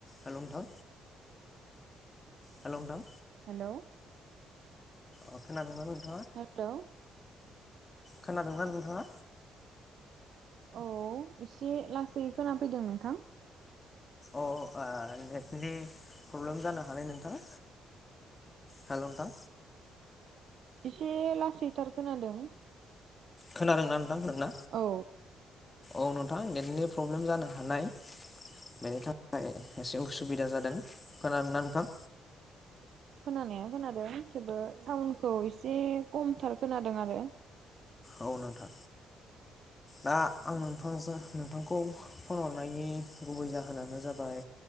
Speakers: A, on the left (about 25°); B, on the right (about 65°).
A: हेल' नोंथां हेल' नोंथां
B: हेल'
A: अ खोनादोंना नोंथां
B: हेल'
A: खोनादोंंना नोंथाङा
B: औ एसे लासै खोनाफैदों नोंथां
A: अ आ नेटनि प्रब्लेम जानो हानाय नोंथां हेल' नोंथां
B: एसे लासैथार खोनादों
A: खोनादों ना नोंथां नोंना
B: औ
A: औ नो थां नेटनि प्रब्लेम जानो हानाय बेनि थाखाय एसे उसुबिदा जादों खोनादों ना नोंथां
B: खोनानाया खोनादों थेवबो साउन्डखौ एसे खमथार खोनादों आरो
A: औ नोंथां दा आं नोंथांजों नोंथांखौ फन हरनायनि गुबै जाहोनानो जाबाय